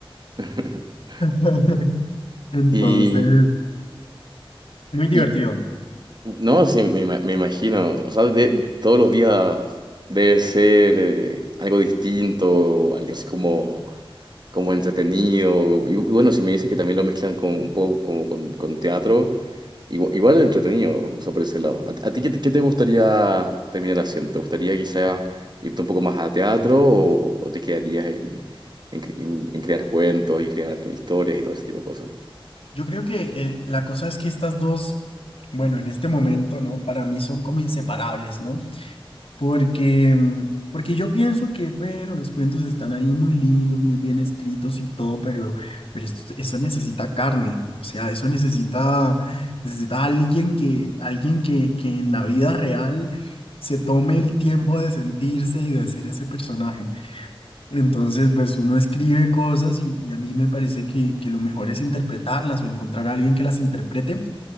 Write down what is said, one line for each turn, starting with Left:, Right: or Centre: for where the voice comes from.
Right: <laughs>
Left: <laughs> Entonces,
Right: Y,
Left: muy divertido.
Right: y- no, sí, me, ima- me imagino, o sea, de- todos los días debe ser eh, algo distinto, algo así como, como entretenido. Y, y bueno, si me dices que también lo mezclan con un poco como con, con teatro. Igual, igual entretenido, o sea, por ese lado. ¿A, ti a ti qué, te qué te gustaría terminar haciendo? ¿Te gustaría quizá irte un poco más a teatro o, o te quedarías en, en cre- en- en crear cuentos y crear historias y todo ese tipo de cosas?
Left: Yo creo que eh, la cosa es que estas dos, bueno, en este momento, ¿no? Para mí son como inseparables, ¿no? Porque, mm, porque yo pienso que, bueno, los cuentos están ahí muy lindos, muy bien escritos y todo, pero, pero esto- eso necesita carne, o sea, eso necesita, necesita alguien que, alguien que, que en la vida real se tome el tiempo de sentirse y de ser ese personaje. Entonces, pues uno escribe cosas y, y a mí me parece que, que lo mejor es interpretarlas o encontrar a alguien que las interprete